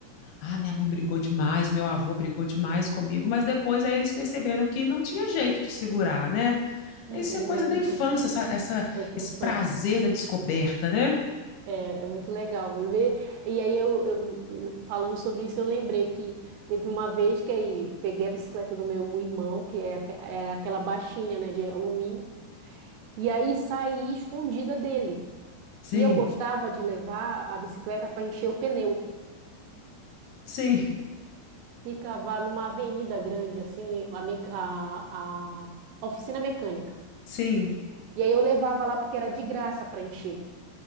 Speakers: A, on the left; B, on the right.
A: Ah, minha mãe brigou demais, meu avô brigou demais comigo, mas depois aí eles perceberam que não tinha jeito de segurar, né?
B: Uhum,
A: Isso é coisa
B: é,
A: da
B: não
A: infância,
B: tem,
A: essa, essa-
B: coisa da
A: esse
B: infância.
A: prazer da descoberta, né?
B: É é muito legal ver. E aí eu, eu- falando sobre isso, eu lembrei que teve uma vez que aí eu peguei a bicicleta do meu irmão, que é, aque- era aquela baixinha, né, de alumínio, e aí saí escondida dele.
A: Sim,
B: E eu gostava de levar a bicicleta para encher o pneu.
A: sim,
B: Ficava numa avenida grande, assim, a, me- a, a oficina mecânica.
A: sim.
B: E aí eu levava lá porque era de graça para encher.